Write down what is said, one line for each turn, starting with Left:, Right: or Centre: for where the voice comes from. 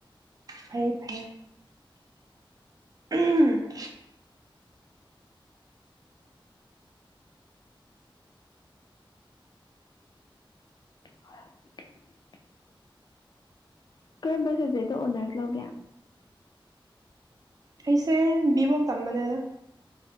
Right: ꯐꯩꯌ‌ꯦ ꯐꯩꯌ‌ꯦ ꯎꯝ
Left: <unintelligible> ꯀꯔꯝꯕ ꯁꯕꯖꯦꯛꯇ ꯍꯣꯅꯔꯁ ꯂꯧꯒꯦ
Right: ꯑꯩꯁꯦ ꯚꯕꯣꯛ ꯇꯝꯕꯅꯦꯗ